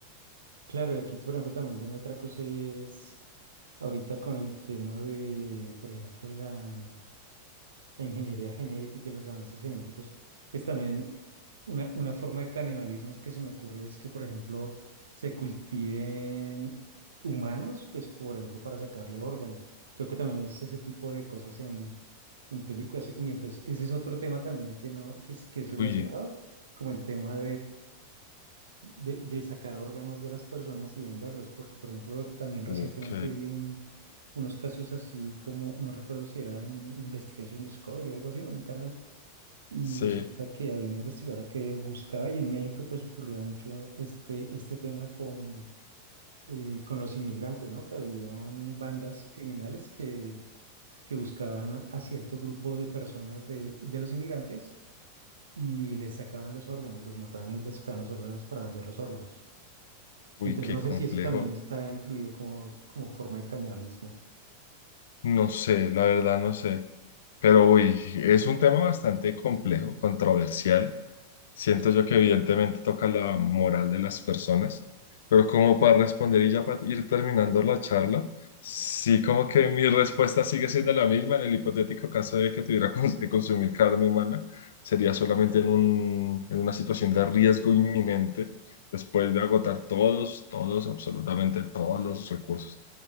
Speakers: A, on the right; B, on the left.
A: Claro, y aquí, por ejemplo, también viene otra cosa y es ahorita con el tema de, por ejemplo, la, la ingeniería genética y los avances genéticos, pues también una, una forma de canibalismo que se me ocurre es que, por ejemplo, se cultiven humanos, pues, por ejemplo, para sacarle órganos. Creo que también he visto ese tipo de cosas en, en películas. Uy, entonces, ese es otro tema también que no, que es, que es relacionado,
B: Uy,
A: como el tema de, de sacar órganos de las personas y venderlos, porque por ejemplo también
B: ok,
A: recientemente vi un, unos casos así como, no recuerdo si era en Investigation Discovery, algo así, en un canal, y
B: sí,
A: resulta que había una investigadora que buscaba y en México pues ocurría mucho este, este tema con, eh, con los inmigrantes, ¿no? Que habían bandas criminales que, que buscaban a, a cierto grupo de personas de, de los inmigrantes. Y les sacaban los órganos, los mataban y les sacaban los órganos para vender los órganos.
B: uy,
A: Entonces
B: qué
A: no sé
B: complejo.
A: si esto también está incluido como, como forma de canibalismo.
B: No sé, la verdad no sé, pero uy, es un tema bastante complejo, controversial. Siento yo que evidentemente toca la moral de las personas, pero como para responder y ya para ir terminando la charla, sí como que mi respuesta sigue siendo la misma en el hipotético caso de que tuviera cons- que consumir carne humana, sería solamente en un, en una situación de riesgo inminente, después de agotar todos, todos, absolutamente todos los recursos.